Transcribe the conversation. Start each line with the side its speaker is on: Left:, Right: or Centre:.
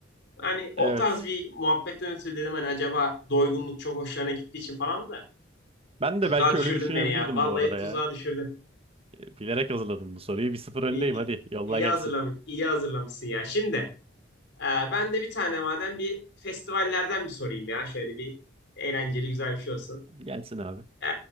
Left: Hani o
Right: Evet.
Left: tarz bir muhabbetten ötürü dedim hani acaba doygunluk çok hoşlarına gittiği için falan da.
Right: Ben
Left: Tuzağa
Right: de belki
Left: düşürdün
Right: öyle düşünebilirdim
Left: beni ya. Vallahi
Right: bu arada
Left: tuzağa
Right: ya.
Left: düşürdün.
Right: E, Bilerek hazırladım bu soruyu. Bir sıfır öndeyim
Left: İyi, iyi,
Right: hadi. Yolla
Left: iyi
Right: gelsin.
Left: hazırlamış, iyi hazırlamışsın ya. Şimdi e, ben de bir tane madem bir festivallerden bir sorayım ya. Şöyle bir eğlenceli güzel bir şey olsun.
Right: Gelsin abi.
Left: E,